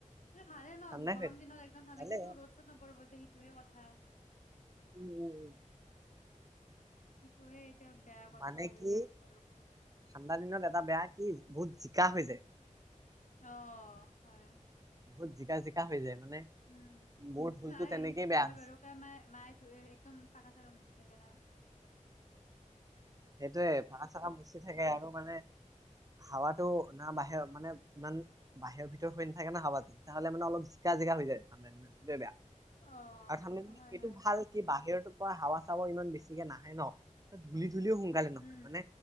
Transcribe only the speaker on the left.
ভালে ন
গৰম
দিনত একদম ঠাণ্ডা
কিন্তু ৰ'দ চ'দ নপৰিব যে সেইটোহে কথা থা
কিটো সেই কিয় বেয়া কথা
হৈ
যাব বাৰু
অ হয়
উম
নাই
সেইটো
নহয়
বাৰু কাৰন মাএ মায়ে ধুৱে বাৰু একদম পাকা চাকা মুচ চখৰা <unintelligible>
যায়
অ
হয়
হয়
উম